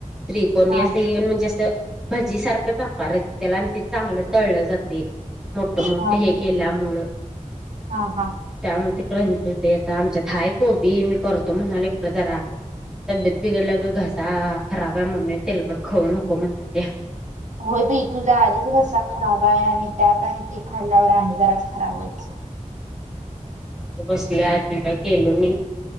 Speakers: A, in the centre; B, on the right (about 65°).
A: त्रिकोणी
B: हा
A: असं येऊन म्हणजे असं, भजी सारखंच आकार येतोय. त्याला आणि ते चांगलं तळलं जाते, मोठ मोठ
B: हा
A: हे
B: हा
A: केल्यामुळं.
B: हा हा.
A: त्यामध्ये क्रंच होते. आता आमच्या हाय कोबी मी करतो म्हणाले खरं जरा, तब्येत बिघडलं गं घसा खराब आहे. मम्मी तेलकड खाऊ नको म्हणाल्या.
B: होय बाई तुझा आधीच घसा खराब आहे. आणि त्यात आणि ते खाल्ल्यावर आणि जरासा खराब व्हायचा.
A: बसलोय अजून काय केलो नयी.